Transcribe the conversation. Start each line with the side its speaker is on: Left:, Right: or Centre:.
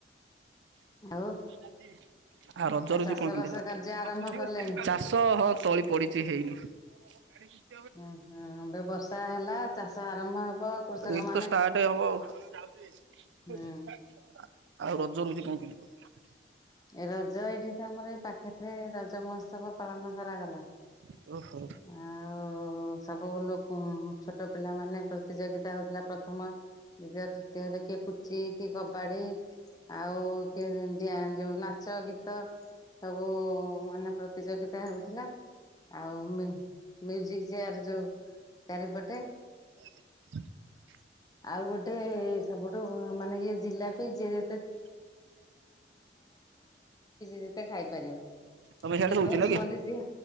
Right: <inaudible>
Left: ଆଉ ଆଉ ଚାଷ ବାସ କାର୍ଯ୍ୟ ଆରମ୍ଭ
Right: <inaudible>
Left: କଲେଣି? <inaudible>
Right: <inaudible>
Left: ମାନେ ହୁଁ
Right: <inaudible>
Left: <inaudible>
Right: <inaudible>
Left: <inaudible> <inaudible> <inaudible> <inaudible> <inaudible> <inaudible>
Right: <inaudible>
Left: <inaudible> ଟଙ୍ଗ ଟଙ୍ଗା ଯିବ ସେ ଜିଲାପି ଯିଏ ଯେତେ ଖାଇପାରିବ।
Right: ତମ ସିଆଡେ
Left: ସେ
Right: ହୋଉଚି
Left: ପ୍ରଥମ
Right: ନା କି।
Left: ଦ୍ଵିତୀୟ